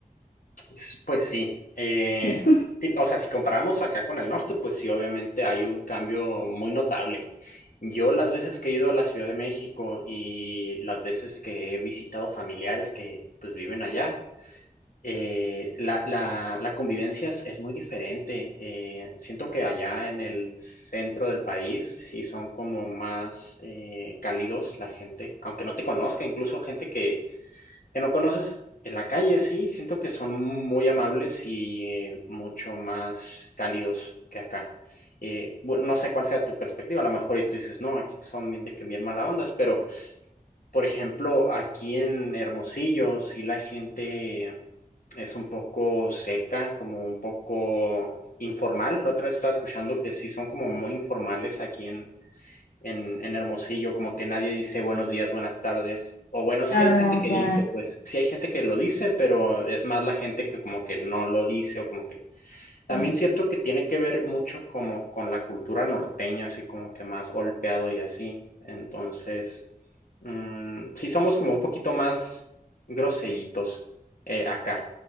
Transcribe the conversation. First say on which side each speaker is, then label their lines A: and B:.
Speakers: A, on the left; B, on the left.
A: S- Pues sí, eh,
B: Sí.
A: sí, o sea, si comparamos acá con el norte, pues sí, obviamente hay un cambio muy notable. Yo las veces que he ido a la Ciudad de México y las veces que he visitado familiares que pues viven allá, eh, la, la- la convivencia es, es muy diferente. Eh, siento que allá en el centro del país sí son como más eh, cálidos la gente, aunque no te conozca, incluso gente que no conoces en la calle, sí, siento que son muy amables y mucho más cálidos que acá. Eh, bueno, no sé cuál sea tu perspectiva, a lo mejor y tú dices, no, aquí son bien de que bien mala ondas, pero por ejemplo, aquí en Hermosillo, sí la gente es un poco seca, como un poco informal. La otra vez estaba escuchando que sí son como muy informales aquí en, en, en Hermosillo, como que nadie dice buenos días, buenas tardes, o bueno, sí
B: Ah,
A: hay gente que dice,
B: ya.
A: pues sí hay gente que lo dice, pero es más la gente que como que no lo dice o como que también
B: claro.
A: cierto que tiene que ver mucho como con la cultura norteña, así como que más golpeado y así, entonces, mm, sí somos como un poquito más groseritos eh, acá.